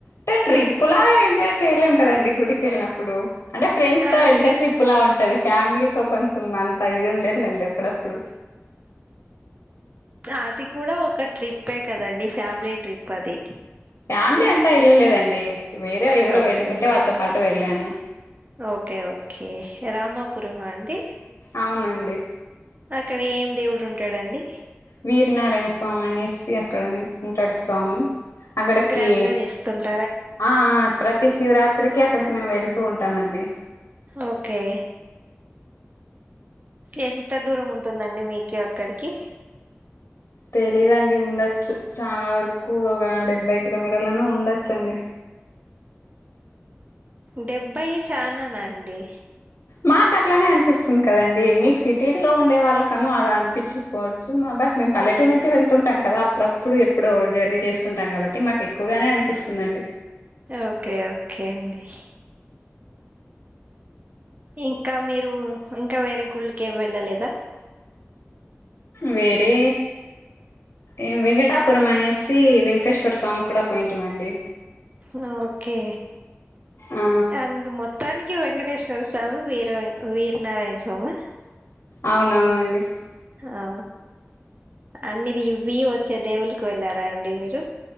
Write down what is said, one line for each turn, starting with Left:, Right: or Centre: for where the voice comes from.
Left: టే ట్రిప్పులా ఎంజాయ్ చేయలేం కదండి గుడికెళ్ళినప్పుడు అంటే ఫ్రెండ్స్
Right: ఆ
Left: తో ఏళ్తే
Right: ట్రిప్స్
Left: ట్రిప్ లా ఉంటది ఫ్యామిలీతో కొంచెం అంతా ఇదుండద్ లేండి అప్పుడప్పుడు
Right: ఆటిక్కుడా ఒక ట్రిప్పె కదండి ఫ్యామిలీ ట్రిప్ అది
Left: ఫ్యామిలీ అంతా ఎళ్ళలేదండి వేరే ఎవరో
Right: ఓకే
Left: వెళ్తుంటే వాళ్ళతో పాటు వెళ్ళాను
Right: ఓకే ఓకే రామాపురమా అండి
Left: అవునండి
Right: అక్కడ ఏం దేవుడు ఉంటాడండి
Left: వీరనారాయణ స్వామి అనేసి అక్కడ ఉంటాడు స్వామి అక్కడికి
Right: గ్రాండ్ గా చేస్తుంట
Left: ఆ ఆ ప్రతి శివరాత్రికి అక్కడికి మేము వెళ్తూ ఉంటామండి
Right: ఓకే ఎంత దూరం ఉంటుందండి మీకి అక్కడికి
Left: తెలీదండి ఉండొచ్చు చాలా వరకు ఒక డెబ్బై కిలోమీటర్లన ఉండచ్చండి
Right: డెబ్భై చాన నా అండి
Left: మాకట్లనే అనిపిస్తుంది కదండి మీకు సిటీల్లో ఉండే వాళ్ళకెమో అలా అనిపించు పోవచ్చు మా బట్ మేము పల్లెటూరు నుంచి వెళ్తుంటాం కదా అప్పుడప్పుడు ఎప్పుడో జర్నీ చేస్తుంటాం కాబట్టి మాకు ఎక్కువగానే అనిపిస్తుందండి
Right: ఓకే ఓకే అండి ఇంకా మీరు ఇంకా వేరే గుళ్ళకేమి వెళ్ళలేదా
Left: వేరే ఏం వెంకటాపురం అనేసి వెంకటేశ్వర స్వామి కూడా పోయింటమండి
Right: ఆ ఓకే
Left: ఆ
Right: అ మొత్తానికి వెంకటేశ్వర స్వామి వీరవెంక వీరనారాయణ స్వామ
Left: అవునవునండి
Right: ఆ అన్నిది బియ్యం వచ్చే దేవుల్లకి వెళ్ళారా అండి మీరు